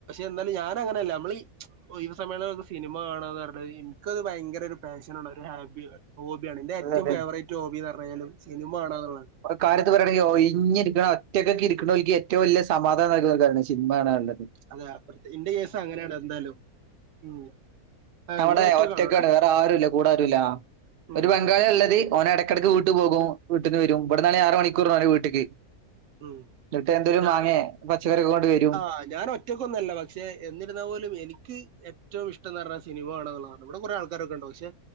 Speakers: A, on the right; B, on the right.
A: ഇന്നാലും ഞാനങ്ങനെയല്ല നമ്മളീ ഒയ്വ് സമയംസിനിമ കാണാന്ന് പറഞ്ഞത് ഇൻക്കത്ഭയങ്കര ഒര്പാഷനാണ് ഒര് ഹാബിയാണ്. ഹോബിയാണ് ഇന്റെഏറ്റവും
B: അതെ അതെ
A: ഫേവറേറ്റ് ഹോബീന്ന് പറഞ്കയ്യ്ഞ്ഞാൽ സിനിമ കാണഎന്നുള്ളതാണ്.
B: കാര്യത്ത്പറയാണെങ്കിൽ ഒഴിഞ്ഞിരിക്കണ ഒറ്റക്ക് ഇരിക്കക്കോഓൽക്ക് ഏറ്റവുംവല്യാ സമാധാനംനൽകുന്നൊരു കാര്യാണ് സിനിമക്കാണാന്നുള്ളത്.
A: അതെഅപ്പെർത്ത് ഇന്റെ കേസ് അങ്ങനെണ് എന്താലും ഉം ആഹ്
B: അവടെ
A: നിങ്ങൾ ഒറ്റക്കാണോ
B: ഒറ്റക്കാണ്
A: അവിടെ
B: വേറെരുല്ല കൂടെആരൂല്ല.
A: ഉം
B: ഒരു ബംഗാളിയഇള്ളത് ഓന് എടക്കെടെക്ക് വീട്ട് പോകും വീട്ടന്ന് വെരും ഇവട്ന്നാണെ ആറ് മണിക്കൂറ ഓന്റെവീട്ട്ക്ക്.
A: ഉം
B: ന്ന്ട്ട് എന്തൊരുമാങേപച്ചക്കറിയൊക്കെ
A: ഞാ
B: കൊണ്ട്വെരും.
A: ആഹ് ഞാൻഒറ്റക്കൊന്നല്ല പക്ഷെ എന്നിരുന്നാപോലും എനിക്ക്ഏറ്റവും ഇഷ്ട്ടംന്ന്പറഞ്ഞ സിനിമ ആണന്നുള്ളത. അവ്ടെകൊറേ ആൾക്കാരൊക്കെഇണ്ടാവും പക്ഷെ